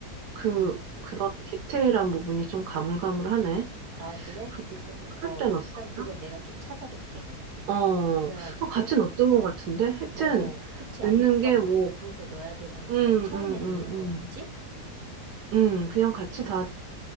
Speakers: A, on the right; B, on the right.
A: 그,
B: 응.
A: 그런 디테일한 부분이 좀 가물가물하네.
B: 아, 그래?
A: 그거
B: 그러면
A: 끓을
B: 어,
A: 때 넣었었나?
B: 일단 그거 내가 좀 찾아볼게, 그럼.
A: 어, 어,
B: 그래가지고
A: 같이 넣었던 것 같은데? 하여튼,
B: 어, 그치
A: 넣는
B: 압력밥솥에
A: 게 뭐,
B: 넣어야 되면 그냥
A: 음,
B: 처음에
A: 음,
B: 넣는
A: 음, 음.
B: 거겠지?
A: 음, 그냥 같이 다,